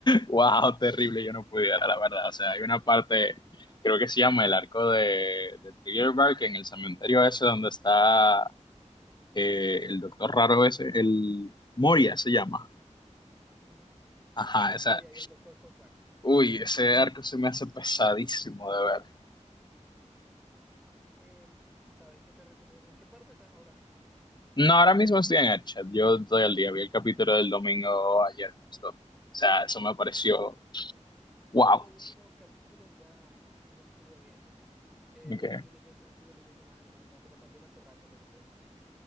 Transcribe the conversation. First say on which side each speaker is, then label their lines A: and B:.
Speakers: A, on the left (about 35°); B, in the centre.
A: Wow, terrible, yo no pudiera, la verdad. O sea, hay una parte, creo que se llama el arco de, de Trigger Bark en el cementerio ese donde está eh, el doctor raro ese, el Moria se llama.
B: Ujú.
A: Ajá,
B: Sí,
A: esa.
B: Moria y el Doctor Hawkback.
A: Uy, ese arco se me hace pesadísimo de ver.
B: Em, ¿sabes qué te recomiendo? ¿En qué parte estás ahora mismo?
A: No, ahora mismo estoy en el chat. Yo todo el día vi el capítulo del domingo ayer justo. O sea, eso me pareció
B: Ah,
A: wow.
B: yo los últimos capítulos ya no estuve viendo. Eh,
A: Okay.
B: me estoy leyendo, estuve leyendo más el manga, pero también hace rato que no leo el manga.